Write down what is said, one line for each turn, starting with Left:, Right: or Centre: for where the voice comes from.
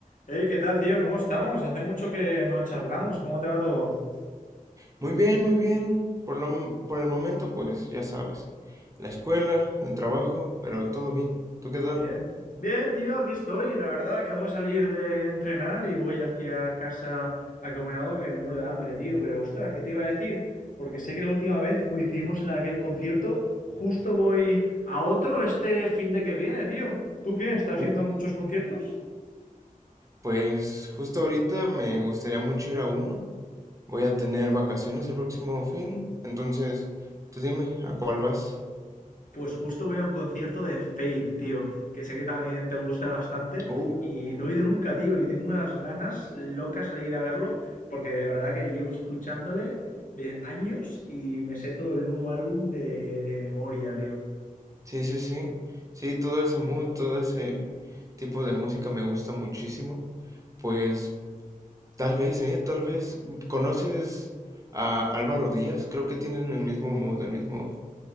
Left: Hey, ¿qué tal, tío? ¿Cómo estamos? Hace mucho que no charlamos. ¿Cómo te va todo?
Right: Muy bien, muy bien. Por lo, por el momento, pues ya sabes, la escuela, el trabajo, pero todo bien. ¿Tú qué tal?
Left: Bien, bien, tío, aquí estoy. La verdad, acabo de salir de entrenar y voy hacia casa a comer algo que me muero de hambre, tío. Pero, ostras, ¿qué te iba a decir? Porque sé que la última vez que coincidimos en aquel concierto, justo voy a otro este fin de que viene, tío. ¿Tú qué? ¿Estás
Right: Uh,
Left: yendo a muchos conciertos?
Right: pues justo ahorita me gustaría mucho ir a uno. Voy a tener vacaciones el próximo fin, entonces tú dime, ¿a cuál vas?
Left: Pues justo voy a un concierto de Fate, tío, que sé que también te gusta bastante
Right: Uh,
Left: y no he ido nunca, tío, y tengo unas ganas locas de ir a verlo porque de verdad que llevo escuchándole de años y me sé todo el nuevo álbum de, de memoria, tío.
Right: sí, sí, sí. Sí, todo ese mood, todo ese tipo de música me gusta muchísimo. Pues Tal vez, ¿eh? Tal vez. mm, ¿Conoces a Álvaro Díaz? Creo que tienen el mismo mood, el mismo,